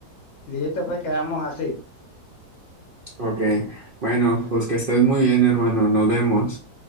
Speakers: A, on the left; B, on the right.
A: Listo, pues quedamos así.
B: Ok, bueno, pues que estés muy bien, hermano, nos vemos.